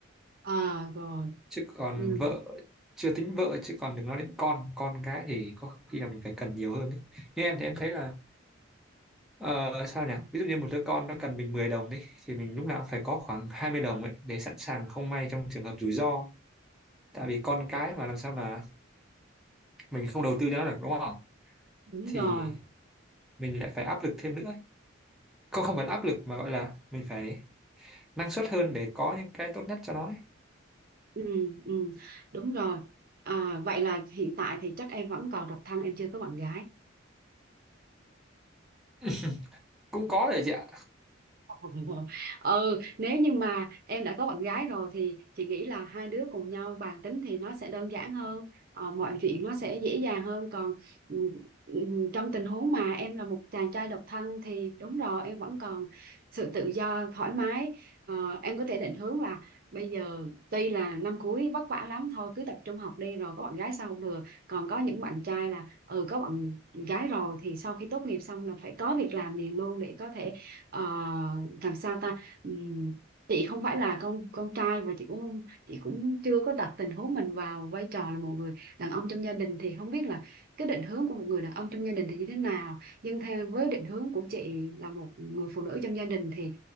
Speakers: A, on the right; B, in the centre.
A: à rồi
B: Chứ còn
A: ừ.
B: vợ chưa tính vợ chứ còn đừng nói đến con, con cái thì có khi là mình phải cần nhiều hơn ấy. Nhưng em thì em thấy là Ờ, sao nhỉ? Ví dụ như một đứa con nó cần mình 10 đồng đi thì mình lúc nào cũng phải có khoảng 20 đồng ấy để sẵn sàng không may trong trường hợp rủi ro. Tại vì con cái mà làm sao mà mình không đầu tư cho nó được đúng không?
A: đúng
B: Thì
A: rồi
B: mình lại phải áp lực thêm nữa ấy. Không không phải là áp lực mà gọi là mình phải năng suất hơn để có những cái tốt nhất cho nó ấy.
A: Ừ, ừ, đúng rồi. À, vậy là hiện tại thì chắc em vẫn còn độc thân, em chưa có bạn gái.
B: <laughs> Cũng có đấy chị ạ.
A: <laughs> ừ nếu như mà em đã có bạn gái rồi thì chị nghĩ là hai đứa cùng nhau bàn tính thì nó sẽ đơn giản hơn ờ, mọi chuyện nó sẽ dễ dàng hơn còn ừ, ừ, trong tình huống mà em là một chàng trai độc thân thì đúng rồi em vẫn còn sự tự do thoải mái Ờ, em có thể định hướng là bây giờ tuy là năm cuối vất vả lắm thôi cứ tập trung học đi rồi có bạn gái sao không được còn có những bạn trai là ừ có bạn gái rồi thì sau khi tốt nghiệp xong là phải có việc làm liền luôn để có thể ờ, làm sao ta Ừm, chị không phải là con con trai và chị cũng không- chị cũng chưa có đặt tình huống mình vào vai trò là một người đàn ông trong gia đình thì không biết là cái định hướng của một người đàn ông trong gia đình thì như thế nào nhưng theo với định hướng của chị là một người phụ nữ trong gia đình thì